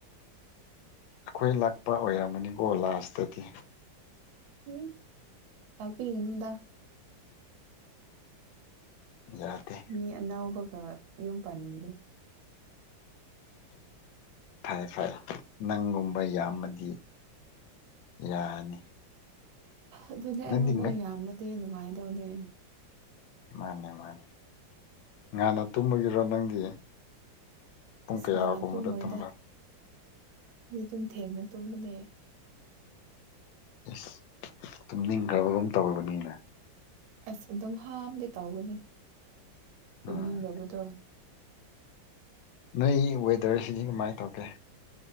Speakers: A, on the left; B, on the right.
A: ꯑꯩꯈꯣꯏ ꯂꯥꯛꯄ ꯑꯣꯏꯔꯝꯃꯅꯤꯀꯣ ꯂꯥꯁꯇꯗꯤ
B: ꯎꯝ ꯄꯤꯅꯗ
A: ꯌꯥꯗꯦ
B: ꯃꯤ ꯑꯅꯥꯕꯒ ꯌꯨꯝ ꯄꯥꯟꯅꯤꯡꯗꯦ
A: ꯐꯩ ꯐꯩ ꯅꯪꯒꯨꯝꯕ ꯌꯥꯝꯃꯗꯤ ꯌꯥꯅꯤ
B: ꯑꯗꯨꯅꯦ ꯑꯩꯒꯨꯝꯕ
A: ꯅꯪꯗꯤ ꯃꯥꯅꯦ
B: ꯌꯥꯝꯃꯗꯤ ꯅꯨꯡꯉꯥꯏꯗꯧꯅꯦ
A: ꯃꯥꯅꯤ ꯃꯥꯅꯤ ꯉꯥꯟꯅ ꯇꯨꯝꯕꯒꯤꯔꯣ ꯅꯪꯗꯤ ꯄꯨꯡ
B: ꯏꯁ
A: ꯀꯌꯥꯒꯨꯝꯕꯗ
B: ꯉꯅ ꯇꯨꯝꯃꯣꯏꯗ
A: ꯇꯨꯝꯕ꯭ꯔꯥ
B: ꯃꯤ ꯑꯗꯨꯨꯝ ꯊꯦꯡꯅ ꯇꯨꯝꯕꯅꯦ
A: ꯑꯦꯁ ꯇꯨꯝꯅꯤꯡꯈ꯭ꯔꯒ ꯑꯗꯨꯝ ꯇꯧꯔꯕꯅꯤꯅꯦ
B: ꯑꯁ ꯑꯗꯨꯝ ꯍꯝꯗꯤ ꯇꯧꯒꯅꯤ
A: ꯎꯝ
B: ꯇꯣꯛꯅꯤꯡꯗꯕꯗꯣ
A: ꯅꯣꯏ ꯋꯦꯗꯔꯁꯤꯗꯤ ꯀꯃꯥꯏꯅ ꯇꯧꯒꯦ